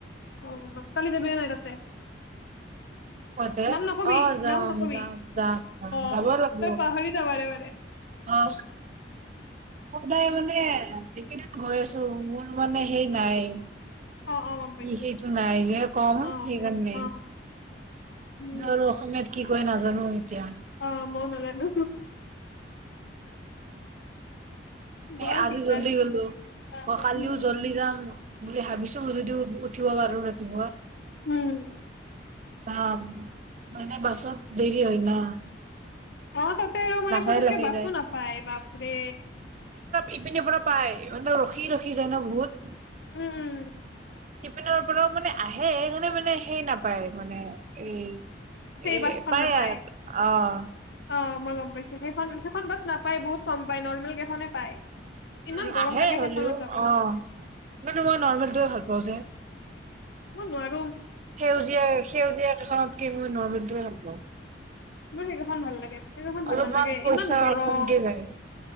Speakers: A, on the left; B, on the right.
A: অ', কালি যাবি নে নাই তাতে।
B: কওঁতে
A: নাম নকবি-
B: অ', যাম
A: নাম নকবি,
B: যাম যাম যাম
A: অ',
B: যাব লাগিব
A: তই পাহৰি যা বাৰে-বাৰে।
B: অ', সদায় মানে এইকেইদিন গৈ আছো মোৰ মানে সেই নাই।
A: অ অ গম পাইছো
B: কি সেইটো নাই যে কম
A: অ
B: সেইকাৰণে।
A: অ উম
B: জানো অসমীয়াত কি কয় নাজানো এতিয়া।
A: অ', মও নাজানো। বৰ
B: এ আজি
A: দিগদাৰ
B: জল্দি
A: হৈছে
B: গ'লো অ', কালিও
A: উম
B: জল্দি যাম। বুলি ভাবিছোঁ যদিও উঠিব পাৰোঁ ৰাতিপুৱা।
A: উম।
B: অ', মানে বাছত দেৰি হয় না।
A: অ', তাত আৰু মানে
B: লাহে
A: পতাককে
B: লাহে
A: বাছো
B: যায়
A: নাপায়, বাপৰে।
B: ইপিনীৰ পৰা পায়, ইহঁতৰ ৰখি ৰখি যায় ন বহুত।
A: উম, উম।
B: শিপিনৰ পৰা মানে আহে মানে মানে সেই নাপায় মানে এই। এ
A: সেই বাছখন
B: পায়
A: নাপায়।
B: আৰ অ'।
A: অ', মই গম পাইছোঁ, সেইখন সেইখন বাছ নাপাই বহুত কম পায়, নৰ্মেল কেইখনে পায়। ইমান
B: উম,
A: গৰম
B: আহে
A: লাগে
B: হ'লেও
A: সেইখনত যাব
B: অ', কিন্তু মই নৰ্মেলটোৱে ভাল পাওঁ যে।
A: মই নোৱাৰ
B: সেউজীয়া, সেউজীয়া এখনত কি নৰ্মেলটোৱে ভাল পাওঁ।
A: মোৰ সেইকেইখন ভাল লাগে। সেইকেইখন ভাল
B: অলপমান
A: নালাগে
B: পইচা
A: ইমান গৰম।
B: কমকে যায়,